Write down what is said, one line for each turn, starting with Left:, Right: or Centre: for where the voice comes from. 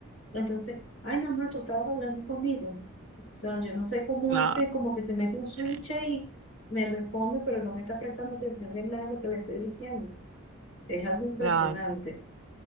Left: Entonces, ay, mamá, tú estabas hablando conmigo. O sea, yo no sé cómo
Right: Claro,
Left: hace, como que se mete un switch
Right: sí.
Left: y me responde, pero no me está prestando atención de nada a lo que le estoy diciendo. Es algo impresionante.
Right: Claro.